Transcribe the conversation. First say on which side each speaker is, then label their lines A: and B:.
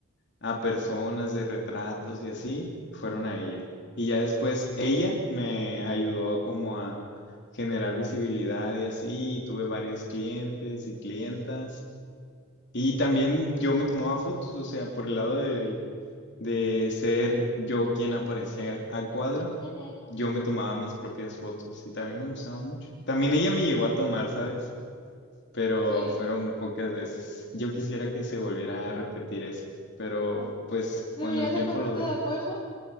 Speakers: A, on the left; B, on the left.
A: a personas de retratos y así, fueron a ella. Y ya después ella me ayudó como a generar visibilidad y así, y tuve varios clientes y clientas. Y también yo me tomaba fotos, o sea, por el lado del- de, ser yo quien aparecía a cuadro,
B: Ujú,
A: yo me tomaba mis propias fotos y también me gustaba mucho. También ella me llegó a tomar, ¿sabes? pero
B: Sí.
A: fueron pocas
B: Ah,
A: veces. Yo quisiera que se volviera a repetir eso, pero
B: ah.
A: pues
B: Deberías
A: cuando el tiempo
B: de ponerte
A: lo dé,
B: de acuerdo.